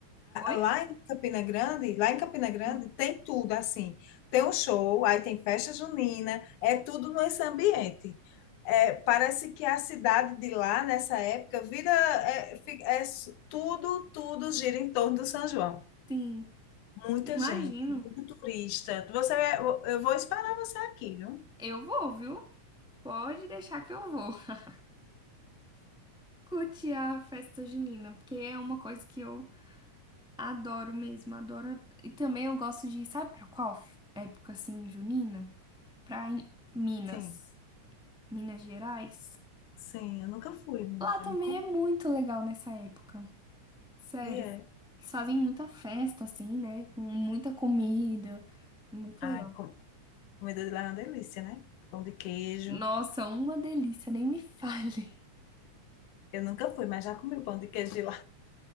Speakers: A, in the centre; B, on the left.
A: Oi?
B: Lá em Campina Grande, lá em Campina Grande
A: Ah,
B: tem tudo assim. Tem um show, aí tem festa junina, é tudo nesse ambiente. É, parece que a cidade de lá, nessa época, vira, é, fi- é s- tudo, tudo gira em torno do São João.
A: Sim,
B: Muita
A: imagino.
B: gente, muito turista. Você, eu eu vou esperar você aqui, viu?
A: Eu vou, viu? Pode deixar que eu vou. <laughs> Curtir a festa junina, porque é uma coisa que eu Adoro mesmo, adoro. E também eu gosto de, sabe pra qual f- época assim, junina? Pra em Minas,
B: Sim,
A: Minas Gerais.
B: sim, eu nunca fui, mulher.
A: Lá também
B: Me conta.
A: é muito legal nessa época. Sério.
B: E é.
A: Eles fazem muita festa assim, né? Com muita comida. Muito
B: Ai,
A: legal.
B: com- comida de lá é uma delícia, né? Pão de queijo.
A: Nossa, uma delícia, nem me <laughs> fale.
B: Eu nunca fui, mas já comi o pão de queijo de